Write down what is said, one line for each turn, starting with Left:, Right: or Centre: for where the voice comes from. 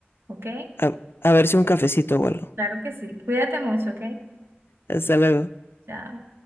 Right: ¿Ok?
Left: A, a ver si un cafecito o algo.
Right: Claro que sí. Cuídate mucho, ¿ok?
Left: Hasta luego.
Right: Chao.